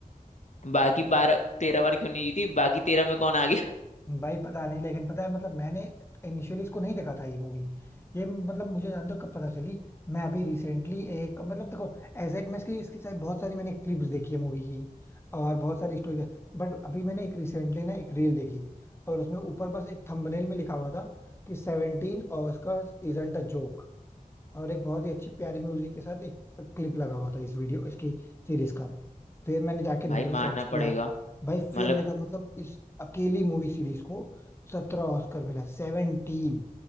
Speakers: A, on the left; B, on the left.
A: बाकी बारह तेरह बार क्यों नहीं जीती बाकी तेरह में कौन आ गया
B: भाई पता नहीं लेकिन पता है मतलब मैंने इनिशियली इसको नहीं देखा था ये मूवी ये मतलब मुझे जानते हो कब पता चली मैं अभी रिसेंटली एक मतलब देखो एग्जैक्ट मैं इसकी इसकी शायद बहुत सारी मैंने क्लिप्स देखी है मूवी की और बहुत सारी स्टोरी बट अभी मैंने एक रिसेंटली ना एक रील देखी और उसमें ऊपर बस एक थंबनेल में लिखा हुआ था कि सेवनटीन ऑस्कर्स इजंट अ जोक और एक बहुत ही अच्छी प्यारी म्यूजिक के साथ एक क्लिप लगा हुआ था इस वीडियो इसकी सीरीज का फिर मैंने
A: <laughs>
B: जाके नेट
A: भाई मानना
B: पे सर्च किया
A: पड़ेगा
B: भाई फिर
A: मतलब
B: देखा मतलब इस अकेली मूवी सीरीज को सत्रह ऑस्कर मिला 17